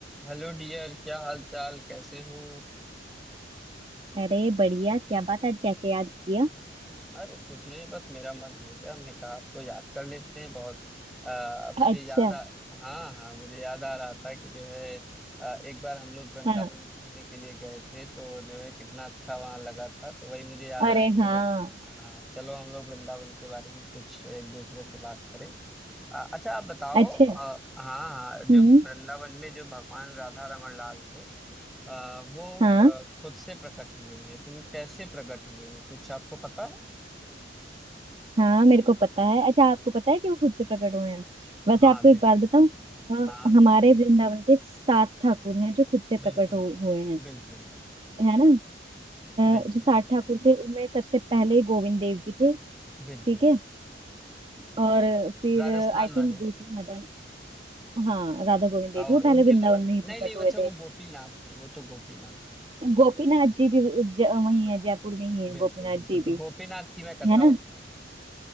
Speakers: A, in the centre; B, on the right.
A: Hello dear क्या हाल चाल कैसे हो
B: अरे बढ़िया क्या बात आज कैसे याद किया
A: अरे कुछ नहीं बस मेरा मन हो गया मैं कहा आपको याद कर लेते हैं बहुत आ, मुझे
B: अच्छा
A: याद आ हाँ हाँ मुझे याद आ रहा था कि जो है आ, एक बार हम लोग वृंदावन
B: हाँ
A: घूमने के लिए गए थे तो जो है कितना अच्छा वहाँ लगा था तो वही मुझे याद
B: अरे
A: आया चलो
B: हाँ
A: हाँ चलो हम लोग वृंदावन के बारे में कुछ एक दूसरे से बात करें आ, अच्छा आप बताओ
B: अच्छा
A: आ, हाँ हाँ जो
B: हम्म
A: वृंदावन में जो भगवान राधा रमण लाल हैं आ, वो
B: हाँ
A: आ, खुद से प्रकट हुए हैं तो वो कैसे प्रकट हुए हैं कुछ आपको पता है
B: हाँ मेरे को पता है अच्छा आपको पता है कि वो खुद से प्रकट हुए हैं वैसे
A: हाँ
B: आपको
A: बिल
B: एक बात बताऊं अ,
A: हाँ
B: हमारे वृंदावन के सात ठाकुर हैं जो खुद से प्रकट
A: बिल्कुल
B: हो, हुए हैं
A: बिल्कुल
B: है ना
A: बिल्कुल
B: अ, जो सात ठाकुर थे उनमें सबसे पहले गोविंद देव जी थे ठीक
A: बिल्कुल
B: है और फिर
A: राजस्थान
B: आई
A: वाले
B: थिंक दूसरे मदन हाँ राधा गोविंद देव
A: और
B: जी वो पहले
A: उनके
B: वृंदावन
A: तो नहीं
B: में ही प्रकट
A: नहीं
B: हुए
A: अच्छा
B: थे
A: वो गोपीनाथ है वो तो गोपीनाथ है
B: गोपीनाथ जी भी ज, वही
A: हाँ
B: है जयपुर में ही है
A: बिल्कुल
B: गोपीनाथ
A: बिल्कुल
B: जी
A: तो
B: भी
A: गोपीनाथ की मैं कथा
B: है ना
A: बताता हूँ